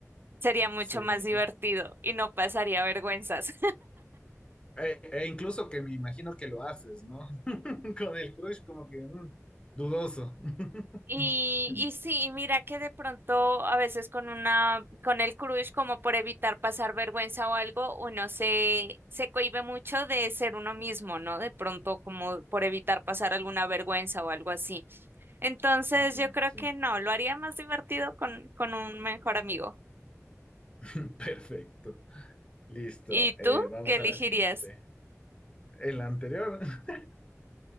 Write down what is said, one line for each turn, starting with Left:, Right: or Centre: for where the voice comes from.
Right: Sería mucho
Left: sí.
Right: más divertido
Left: E,
Right: y no pasaría vergüenzas.
Left: e incluso que me imagino que lo haces, ¿no? <laughs> Con el crush como que mm, dudoso. <laughs>
Right: Y, y sí, y mira que de pronto a veces con una, con el crush, como por evitar pasar vergüenza o algo, uno se, se cohíbe mucho de ser uno mismo, ¿no? De pronto como por evitar pasar alguna vergüenza o algo así. Entonces
Left: Ya,
Right: yo creo
Left: sí.
Right: que no, lo haría más divertido con, con un mejor amigo.
Left: <laughs> Perfecto. Listo.
Right: ¿Y
Left: Eh,
Right: tú
Left: vamos
Right: qué elegirías?
Left: a la siguiente. En la anterior <laughs>